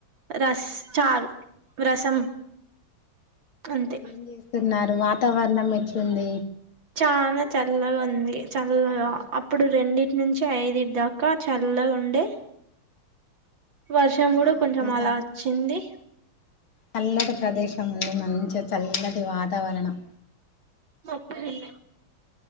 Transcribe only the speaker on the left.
ఏం చేస్తున్నారు వాతావరణం ఎట్లుంది
చాలా
ఆ
ఈరోజు
చల్లటి ప్రదేశం ఉంది మంచిగా చల్లటి వాతావరణం